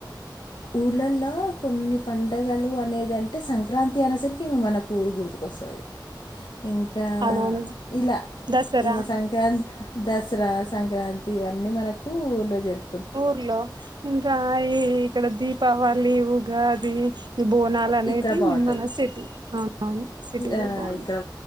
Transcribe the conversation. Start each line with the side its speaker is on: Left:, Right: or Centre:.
Left: ఊర్లల్లో కొన్ని పండుగలు అనేది అంటే సంక్రాంతి అనేసరికి మనకు ఊరుకూడదు. వస్తది ఇంకా
Right: అవునవును
Left: ఇలా
Right: దసరా
Left: ఇగ సంక్రా దసరా సంక్రాంతి ఇవన్నీ మనకు ఊర్లో జరు
Right: ఊర్లో ఇంకా ఈ ఇక్కడ దీపావళి ఉగాది బోనాలనేటియి
Left: ఇక్కడ బాగుంటాయి
Right: మన సిటీ ఆ ఆ సిటీ
Left: ఆ
Right: లో బాగుంటాయి
Left: ఇక్కడ